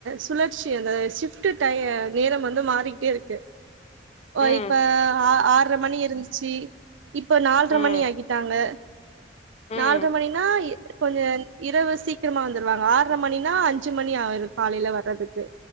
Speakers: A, on the right; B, on the left.
A: சுழற்சி அந்த ஷிப்ட் டு டயம் நேர வந்து மாறிட்டே இருக்கு ஓ
B: ம்
A: அ இப்ப ஆ ஆற மணி இருந்துச்சு இப்ப நால்ர
B: ம்
A: மணி ஆக்கிடான்ங்க
B: ம்
A: நால்ர மணினா கொஞ்ச இரவு சீக்கிரமா வந்துருவாங்க ஆறர மணினா அஞ்சு மணி ஆயிரு காலேல வர்றதுக்கு